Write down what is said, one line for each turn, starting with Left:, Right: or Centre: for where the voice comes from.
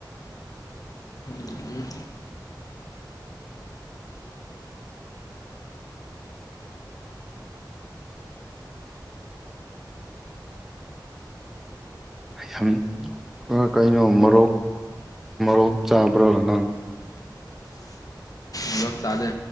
Left: ꯎꯝ
Centre: ꯁꯝ ꯑ ꯀꯩꯅꯣ ꯃꯣꯔꯣꯛ ꯑꯣꯛ ꯆꯥꯕ꯭ꯔꯣ ꯅꯪ
Left: <unintelligible> ꯆꯥꯗꯦ